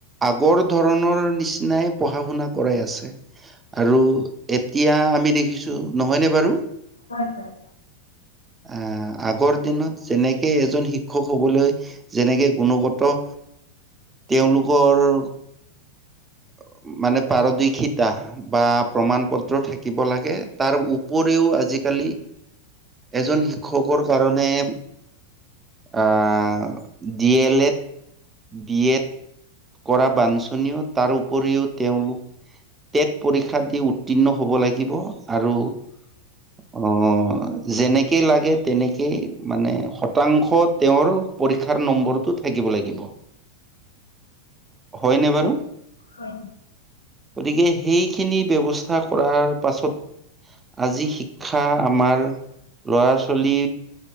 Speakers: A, on the right (about 15°); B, on the left (about 75°).
A: আগৰ ধৰণৰ নিচিনাই পঢ়া-শুনা কৰাই আছে আৰু এত এতিয়া আমি দেখিছোঁ, নহয়নে বাৰু?
B: হয়, পাই।
A: আ, আগৰ দিনত যেনেকে এজন শিক্ষ ক্ষক হ'বলৈ, যেনেকে গুণগত, তেওঁলোকৰ অ'। মানে, পাৰদৰ্শিতা বা প্ৰমাণ-পত্ৰ থাকিব লাগে। তাৰ উপৰিও, আজি কালি, এজন শিক্ষকৰ কাৰণে অ', D L Ed, B Ed কৰা বাঞ্চনীয় তাৰ উপৰিও তেওঁলোক টেট পৰীক্ষা দি উত্তীৰ্ণ হব লাগিব। আৰু অ', যেনেকেই লাগে তেনেকেই মানে শতাংশ তেওঁৰ পৰীক্ষাৰ নম্বৰটো থাকিব লাগিব। হয়নে বাৰু
B: হয়।
A: গতিকে সেইখিনি ব্যৱস্থা কৰাৰ পাছত আজি শিক্ষা আমাৰ, লৰা ছোৱালী